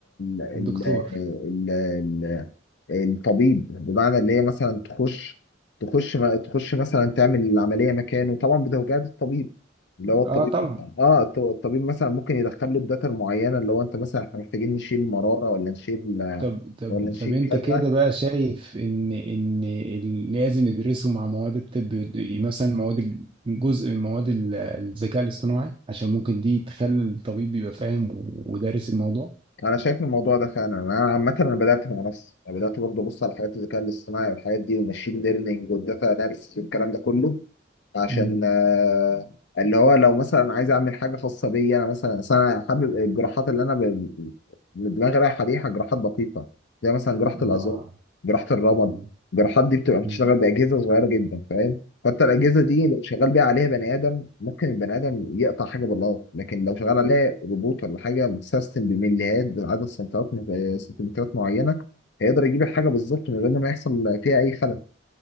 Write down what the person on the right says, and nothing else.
الدكتور
آه طبعا
طب طب
طب انت
كده بقى شايف ان ان ال- لازم يدرسوا مع مواد الطب يد- مثلا مواد الج- جزء من مواد ال- الذكاء الاصطناعي عشان ممكن دي تخلي الطبيب يبقى فاهم و- ودارس الموضوع
مم.
آه
مم.
مم.